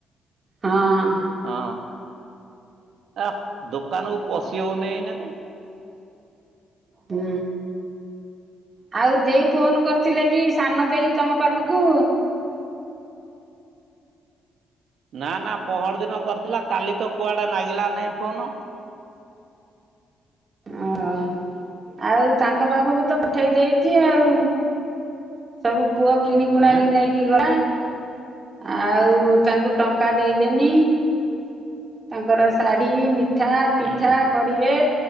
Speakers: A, on the right; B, on the right.
A: ହଁ।
B: ହଁ ଆ ଦୋକାନକୁୁ ପଶି ହଉନି ଏଇନେକେ।
A: ହୁଁ। ଆଉ ଦେଇ ଫୋନ କରିଥିଲେ କି ସାନ ଦେଇ ତମ ପାଖକୁ।
B: ନା ନା ପହଡ ଦିନ କରିଥିଲା କାଲି ତ କୁଆଡେ ଲାଗିଲା ନାହିଁ ଫୋନ।
A: ଓ ଆଉ ତାଙ୍କ ପାଖକୁ ତ ପଠେଇ ଦେଇଛି ଆଉ। ତାକୁ କୁଅ କିଣିକୁୁଣା
B: ଏଁ
A: କିି ନେଇ ଗଲା। ଆଉ ତାଙ୍କୁ ଟଙ୍କା ଦେଇଦେନି। ତାଙ୍କର ଶାଢୀ, ମିଠା, ପିଠା
B: ହୁଁ
A: କରିବେ।